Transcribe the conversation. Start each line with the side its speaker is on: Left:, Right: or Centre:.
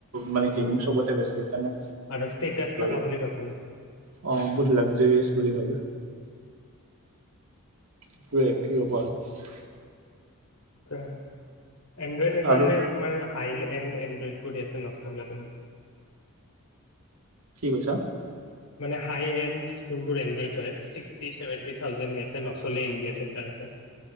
Right: মানে
Left: উম
Right: গেমিং চবতে বেষ্ট, সেই কাৰণে
Left: আৰু ষ্টেটাচ
Right: <unintelligible>
Left: <unintelligible>
Right: অ',
Left: আইফোনত।
Right: বহুত লাগজেৰিয়াছ বুলি ভাবে। <unintelligible>
Left: এণ্ড্ৰইড সেইকাৰণে
Right: আৰু
Left: তোমাৰ হাইলেবেল এণ্ড্ৰইড বোৰ ইয়াতে নচলে
Right: কি কৈছা?
Left: মানে হাই এণ্ড যোনবোৰ এনড্ৰইড হয় ছিক্সটি চছেভেনটি থাউজেণ্ড ইয়াত তে নচলে ইণ্ডিয়াত সেইকাৰণে।